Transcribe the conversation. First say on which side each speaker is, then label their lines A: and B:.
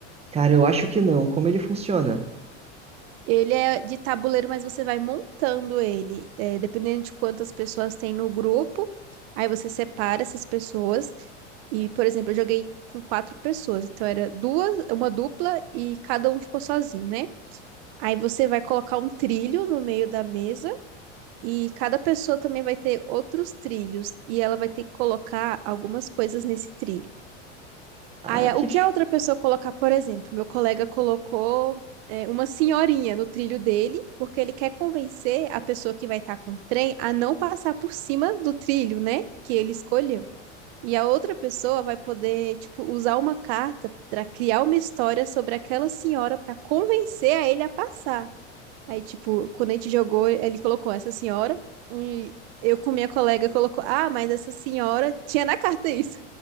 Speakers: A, on the right; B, on the right.
A: Cara, eu acho que não. Como ele funciona?
B: Ele é de tabuleiro, mas você vai montando ele, é, dependendo de quantas pessoas tem no grupo. Aí você separa essas pessoas. E, por exemplo, eu joguei com quatro pessoas, então era duas, uma dupla e cada um ficou sozinho, né? Aí você vai colocar um trilho no meio da mesa e cada pessoa também vai ter outros trilhos e ela vai ter que colocar algumas coisas nesse trilho.
A: Ah,
B: Aí,
A: que.
B: o que a outra pessoa colocar, por exemplo, meu colega colocou é, uma senhorinha no trilho dele, porque ele quer convencer a pessoa que vai estar com o trem a não passar por cima do trilho, né, que ele escolheu. E a outra pessoa vai poder, tipo, usar uma carta para criar uma história sobre aquela senhora para convencer a ele a passar. Aí, tipo, quando a gente jogou, ele colocou essa senhora e eu com minha colega colocou, ah, mas essa senhora tinha na carta isso.